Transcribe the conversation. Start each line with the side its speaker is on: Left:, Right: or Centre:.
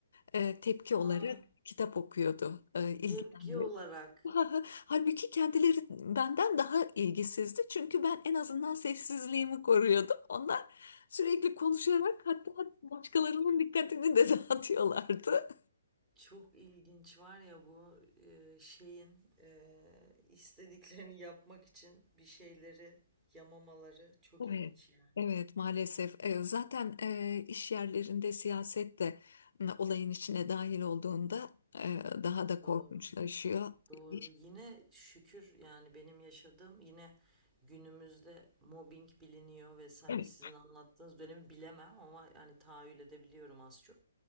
Left: e, tepki olarak
Right: Aa,
Left: kitap okuyordu e, ilgilenenler.
Right: tepki olarak.
Left: <laughs> Ha- Halbuki kendileri benden daha ilgisizdi. Çünkü ben en azından sessizliğimi koruyordum. Onlar sürekli konuşarak hatta başkalarının dikkatini de <laughs> dağıtıyorlardı.
Right: Çok ilginç var ya bu e, şeyin e, istediklerini yapmak için bir şeyleri yamamaları çok
Left: Evet,
Right: ilginç yani.
Left: evet maalesef. Ee, zaten e, iş yerlerinde siyaset de m, olayın içine dahil olduğunda e, daha da
Right: Doğru.
Left: korkunçlaşıyor.
Right: Doğru.
Left: İş-
Right: Yine şükür yani benim yaşadığım yine günümüzde mobbing biliniyor vesaire.
Left: Evet,
Right: Sizin anlattığınız dönemi bilemem ama yani tahayyül edebiliyorum az çok.